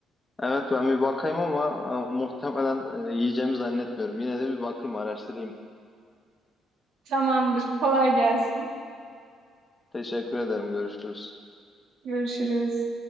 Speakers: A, on the left; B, on the right.
A: Evet ben bir bakayım ama e, muhtemelen e, yiyeceğimi zannetmiyorum. Yine de bir bakayım araştırayım.
B: Tamamdır. Kolay gelsin.
A: Teşekkür ederim. Görüşürüz.
B: Görüşürüz.